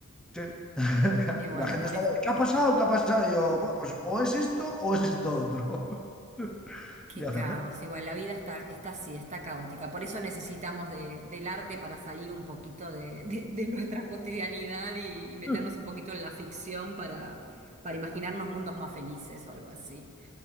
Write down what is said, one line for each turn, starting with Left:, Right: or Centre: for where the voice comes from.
Centre: sí. <laughs>
Right: Y bueno,
Centre: La gente
Right: por
Centre: estaba,
Right: eso...
Centre: ¿qué ha pasado? ¿Qué ha pasado? Y yo, "Buah, pues o es esto o es esto otro. <laughs>
Right: Qué
Centre: Y acerté.
Right: caos. Igual la vida está, está así, está caótica. Por eso necesitamos de- del arte para salir un poquito de, de- de nuestra cotidianidad y, y meternos
Centre: <laughs>
Right: un poquito en la ficción para, para imaginarnos mundos más felices o algo así.